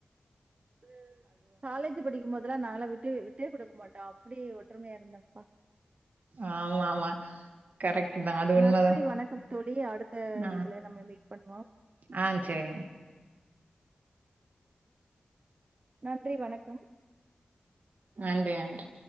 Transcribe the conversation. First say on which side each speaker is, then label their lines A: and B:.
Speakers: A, on the right (about 50°); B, on the right (about 75°).
A: <unintelligible> காலேஜு படிக்கும்போதெல்லா நாங்களாம் விட்டு விட்டே கொடுக்க மாட் அப்டி ஒற்றுமையா இருந்தப்பா
B: ஆமா ஆமா கரெக்ட் தா அது உண்மதா
A: நன்றி வணக்கம் தோழி அடுத்த
B: ஆ
A: இதுல நம்ம மீட் பண்வோ
B: ஆ சேரிங்க
A: நன்றி வணக்கம்
B: நன்றி நன்றி